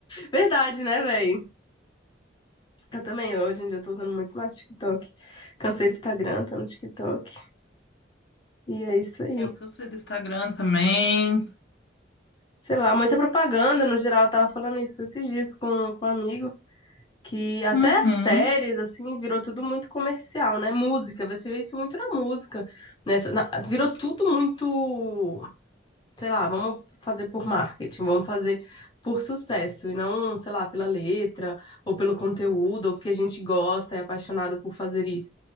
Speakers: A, on the left (about 25°); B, on the left (about 65°).
A: Verdade, né, véi? Eu também, hoje em dia eu tô usando muito mais TikTok. Cansei do Instagram, tô no TikTok. E é isso aí.
B: É o que eu sei do Instagram também.
A: Sei lá, muita propaganda no geral. Eu tava falando isso esses dias com, com um amigo. que até
B: Uhum.
A: as séries, assim, virou tudo muito comercial, né? Música, você vê isso muito na música, nessa, na- virou tudo muito, sei lá, vamos fazer por marketing, vamos fazer por sucesso, e não, sei lá, pela letra, ou pelo conteúdo, ou porque a gente gosta, é apaixonado por fazer isso.